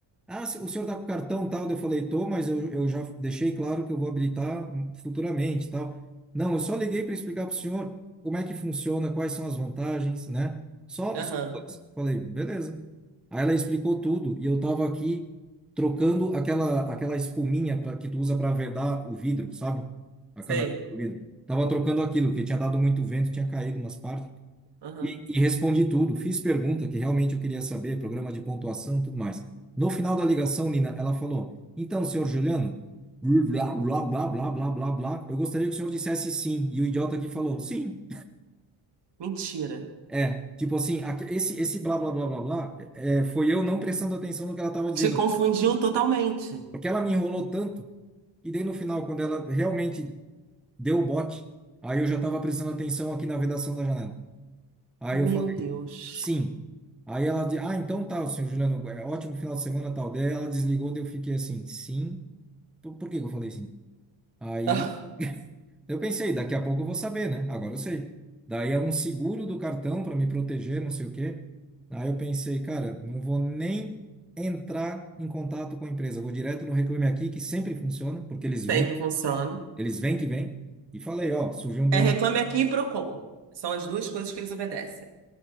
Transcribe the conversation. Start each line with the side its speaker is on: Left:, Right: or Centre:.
Centre: Ah, se- o senhor está com cartão tal? Daí Eu falei, tô, mas eu, eu já deixei claro que eu vou habilitar hum, futuramente tal. Não, eu só liguei para explicar para o senhor como é que funciona, quais são as vantagens, né? Só,
Right: Aham,
Centre: só coisa. Falei, beleza. Aí ela explicou tudo e eu estava aqui trocando aquela, aquela espuminha pra, que tu usa para vedar o vidro, sabe? A
Right: sei.
Centre: canaleta do vidro. Tava trocando aquilo, porque tinha dado muito vento, tinha caído umas partes.
Right: Aham,
Centre: E, e respondi tudo, fiz pergunta que realmente eu queria saber, programa de pontuação, tudo mais. No final da ligação, Nina, ela falou: Então, senhor Juliano, blá, blá, blá, blá, blá, blá, blá, eu gostaria que o senhor dissesse sim. E o idiota aqui falou: Sim.
Right: mentira.
Centre: É, tipo assim, aque- esse, esse blá, blá, blá, blá, blá, é, é, foi eu não prestando atenção no que ela estava dizendo,
Right: Te confundiu totalmente.
Centre: porque ela me enrolou tanto, e daí no final, quando ela realmente deu o bote, aí eu já estava prestando atenção aqui na vedação da janela. Aí
Right: Meu
Centre: eu falei,
Right: Deus.
Centre: sim. Aí ela disse, ah, então tá, senhor Juliano, é ótimo final de semana, tal. Daí ela desligou, daí eu fiquei assim, sim. Por, por que que eu falei sim? Aí
Right: <laughs>
Centre: eu pensei, daqui a pouco eu vou saber, né? Agora eu sei. Daí é um seguro do cartão para me proteger, não sei o quê. Aí eu pensei, cara, não vou nem entrar em contato com a empresa, vou direto no Reclame Aqui, que sempre funciona, porque eles vêm,
Right: Ah, sempre funciona.
Centre: eles vêm que vêm. E falei, ó, surgiu um boleto
Right: É Reclame Aqui e Procon. São as duas coisas que eles obedecem.